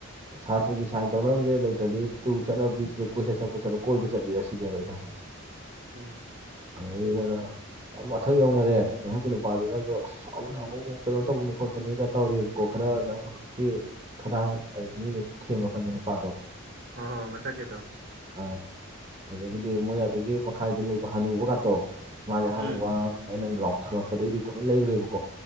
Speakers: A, on the right (about 30°); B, on the right (about 55°).
A: ꯁꯥꯇ꯭ꯔꯒꯤ ꯁꯥꯏꯟ ꯇꯧꯅꯕꯖꯦ ꯂꯩꯇ꯭ꯔꯗꯤ ꯇꯨꯔ ꯆꯠꯅꯕ ꯚꯤꯁꯤ ꯀꯣꯏꯆꯠ ꯆꯠꯄ ꯆꯠ ꯀꯣꯏꯕ ꯆꯠꯂꯤꯔ ꯁꯤꯅꯦꯕ ꯑꯩꯩꯅ ꯍꯪꯉꯤ
B: ꯎꯝ
A: ꯑꯗꯒꯤ ꯃꯣꯏꯅ ꯃꯊꯛ ꯌꯧꯅꯔꯦ ꯃꯊꯛꯀꯤ ꯅꯨꯄꯥꯗꯨꯅꯖꯨ ꯑꯁ ꯁꯥꯎꯅꯨ ꯁꯥꯎꯅꯨ ꯀꯩꯅꯣ ꯇꯧꯕꯅꯤ ꯈꯣꯠꯄꯅꯤꯒ ꯇꯧꯔꯛꯑꯦꯞꯀꯣ ꯈꯔ ꯅꯪ ꯍꯧꯖꯤꯛꯀꯤ ꯈꯗꯥꯡ ꯃꯤ ꯊꯦꯝꯕ ꯀꯟꯕ ꯅꯨꯄꯥꯗꯣ
B: ꯑꫭ ꯑꫭ ꯃꯊꯛꯀꯤꯗꯣ
A: ꯑ‌ ꯑꯗꯒꯤꯗꯤ ꯃꯣꯏ ꯑꯗꯨꯒꯤ ꯃꯈꯥꯏꯗ ꯂꯩꯕ ꯍꯅꯨꯕ ꯒꯥꯇꯣ ꯃꯥꯖꯦ ꯑꯍꯥꯟꯕ
B: ꯎꯝ
A: ꯋꯥ ꯉꯥꯡꯉꯝꯃꯤ ꯑꯩꯅ ꯂꯥꯎꯊꯠꯂꯛꯄꯗꯩꯗꯤ ꯇꯨꯃꯤꯟ ꯂꯩꯒ꯭ꯔꯦꯕꯀꯣ